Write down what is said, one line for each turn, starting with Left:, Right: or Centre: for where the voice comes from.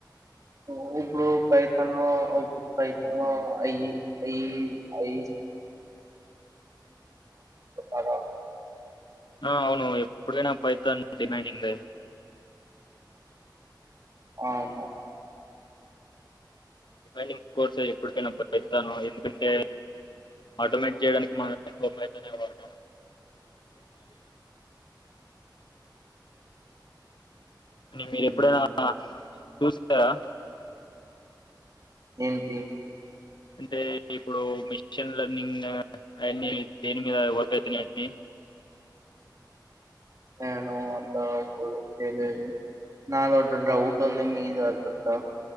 Right: అవును బ్రో పైథాను ఇప్పుడు పైథోన్ అయి అయ్ అయి <unintelligible>
Left: ఆ అవును ఎప్పుడైనా పైథాన్ డిమాండింగ్
Right: అవును
Left: రమైనింగ్ కోర్స్ ఎప్పుటికైనా పైథోన్ ఎందుకంటే ఆటోమేటిక్ చేయడానికి మనం ఎక్కువ పైథోన్ నే వాడతాము అ మీరెప్పుడైనా
Right: ఉమ్.
Left: చూసారా
Right: ఏంటి
Left: అంటే ఇప్పుడు మిషిన్ లర్నింగ్ అయన్ని దేని మీద వర్క్ అయితున్నాయండి.
Right: నేను అంత అప్పుడు చేయలేదు నాదోటు డౌట్ ఉంది మీద అడగొచ్చా